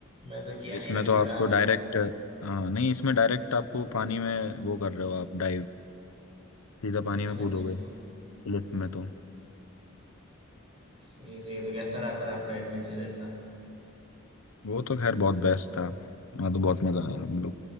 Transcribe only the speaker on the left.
इसमें
तो
आपको
डायरेक्ट हाँ नहीं इसमें डायरेक्ट आपको पानी में वो कर रहे हो आप डाइव सीधा पानी
में कूदोगे
क्लिफ में तो
वो तो खैर बहुत बेस्ट था हाँ तो बहुत मजा आया हम लोग